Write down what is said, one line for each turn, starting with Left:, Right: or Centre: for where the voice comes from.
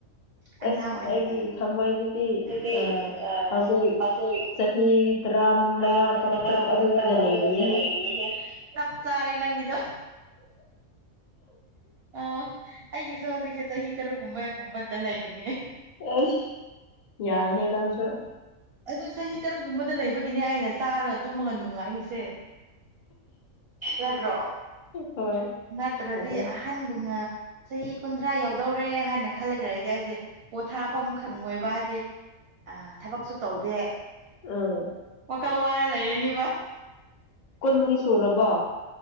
Right: ꯑꯉꯥꯡ
Left: ꯑꯁ
Right: ꯑꯣꯏꯅ
Left: ꯑꯩꯒꯤ
Right: ꯂꯩꯌꯣ
Left: ꯊꯃꯣꯏꯗꯗꯤ
Right: ꯑꯗꯨꯗꯤ
Left: ꯑ
Right: ꯑꯥ
Left: ꯍꯧꯖꯤꯛ
Right: ꯄꯥꯖꯩ
Left: ꯆꯍꯤ ꯇꯔꯥ
Right: ꯇꯥꯔ꯭ꯝ
Left: ꯇꯔꯥ
Right: ꯃꯉꯥ
Left: ꯇꯔꯨꯛ
Right: ꯇꯔꯥꯇ꯭ꯔꯨ ꯑꯗꯨꯋꯥꯏꯗ
Left: ꯂꯩꯔꯤꯌꯦꯍꯦ
Right: ꯂꯩꯔꯤꯌꯦꯍꯦ ꯆꯞ ꯆꯔꯦ ꯅꯪꯒꯤꯗꯣ ꯑ ꯑꯩꯒꯤꯁꯨ ꯍꯧꯖꯤꯛꯁꯦ ꯆꯍꯤ ꯇꯔꯨꯛꯒꯨꯝꯕꯒꯨꯝꯕꯗ ꯂꯩꯔꯤꯅꯦ
Left: ꯑꯁ ꯌꯥꯏ ꯍꯦ ꯅꯪꯁꯨ
Right: ꯑꯗꯨ ꯆꯍꯤ ꯇꯔꯨꯛꯒꯨꯝꯕꯗ ꯂꯩꯕꯒꯤꯅꯦ ꯑꯩꯅ ꯆꯥꯔꯒ ꯇꯨꯝꯃꯒ ꯅꯨꯡꯉꯥꯏꯔꯤꯁꯦ ꯅꯠꯇ꯭ꯔꯣ
Left: ꯍꯣꯏ
Right: ꯅꯠꯇ꯭ꯔꯗꯤ
Left: ꯑꯗꯨꯝ
Right: ꯑꯍꯟꯒꯨꯝꯅ ꯆꯍꯤ ꯀꯨꯟꯊ꯭ꯔꯥ ꯌꯧꯗꯧꯔꯦ ꯍꯥꯏꯅ ꯈꯜꯔꯒꯥ ꯂꯩꯔꯗꯤ ꯑꯩꯁꯦ ꯄꯣꯊꯥꯐꯝ ꯈꯪꯔꯣꯏꯕ ꯍꯥꯏꯕꯗꯤ ꯑ ꯊꯕꯛꯁꯨ ꯇꯧꯗꯦ
Left: ꯑ
Right: ꯋꯥꯀ ꯋꯥꯔ ꯂꯩꯔꯅꯤꯕ
Left: ꯀꯨꯟꯗꯤ ꯁꯨꯔꯕꯣ